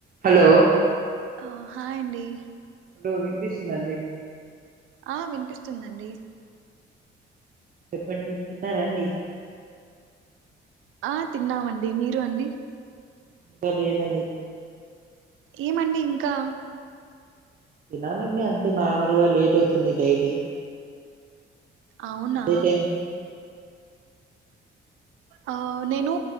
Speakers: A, on the right; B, on the right.
A: Hello
B: ఆ hi అండి
A: hello వినిపిస్తుందండి?
B: ఆ వినిపిస్తుందండి.
A: చెప్పండి తిన్నారాండి?
B: ఆ తిన్నామండి, మీరు అండి?
A: ఇంకా లేదండి
B: ఏమండి ఇంకా
A: తినాలండి, అంతే నార్మల్గా లేట్ అవుతుంది డైలీ
B: అవునా
A: అదే టైంకి
B: ఆ నేను